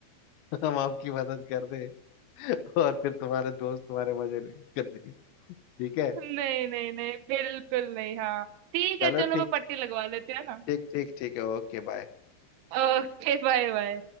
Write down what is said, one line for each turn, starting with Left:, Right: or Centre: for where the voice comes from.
Left: हम आपकी मदद कर दे <laughs> और फिर तुम्हारे दोस्त तुम्हारे मजे कर दे ठीक है
Right: नहीं नहीं नहीं बिल्कुल नहीं हाँ ठीक
Left: चलो
Right: है चलो
Left: ठीक
Right: मैं पट्टी लगवा लेती हूँ है ना
Left: ठीक ठीक ठीक है Okay bye
Right: Okay bye bye